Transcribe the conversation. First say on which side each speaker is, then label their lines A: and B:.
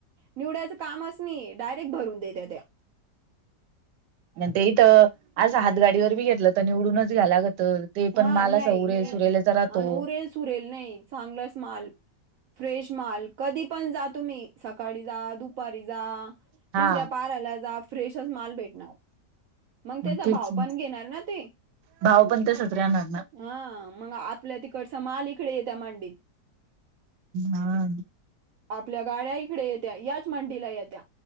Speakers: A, on the right (about 65°); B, on the right (about 85°).
A: निवडाचं कामच नाही डायरेक्ट भरून देते त्या
B: ते इथ आज हात गाडीवर बी घेतलं तर निवडूनच घ्याया लागत. ते
A: हा
B: पण माला
A: नाही
B: अस उरले
A: नि
B: सुरेलाचा राहतो.
A: आणि उरेल सुरेल नाही चांगलंच माल फ्रेश माल कधी पण जा तुम्ही सकाळी जा दुपारी जा.
B: हा
A: तिसऱ्या पाऱ्याला जा फ्रेशच माल भेटणार. मंग त्याचा
B: तेच
A: भाव पण घेणार ना ते
B: भाव पण तसच राहणार ना
A: हा मग आपल्या तिकडचा माल इकडे येत्या मंडीत
B: हा <unintelligible>
A: आपल्या गाड्या इकडे येत्या याच मंडीला येत्या